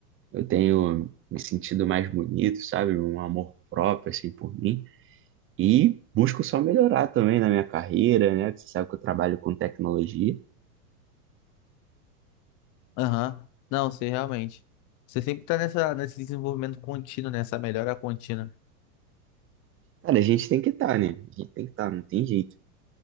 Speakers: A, on the right (about 25°); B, on the left (about 40°).
A: Eu tenho me sentido mais bonito, sabe? Um amor próprio, assim, por mim. E busco só melhorar também na minha carreira, né? Você sabe que eu trabalho com tecnologia.
B: Aham. Não, você realmente. Você sempre tá nessa, nesse desenvolvimento contínuo, nessa melhora contínua.
A: Cara, a gente tem que estar, né? A gente tem que estar, não tem jeito.